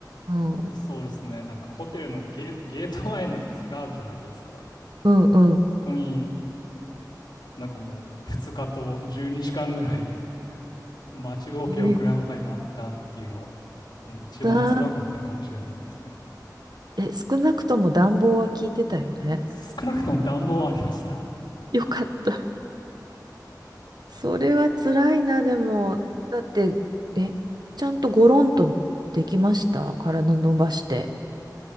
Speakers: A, on the right; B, on the left.
A: うん。
B: そうですね、なんかホテルのゲ、ゲート前の椅子があるじゃないですか。
A: うんうん。
B: あそこになんかもう2日と12時間ぐらい待ちぼうけを食らうことになったっていうのは、
A: えー
B: もう一番辛かったかもしれないですね。
A: だ、え、少なくとも暖房は効いてたよね。
B: 少なくとも暖房はありました。
A: よかった。それは辛いな、でも。だって、え、ちゃんとゴロンとできました体伸ばして。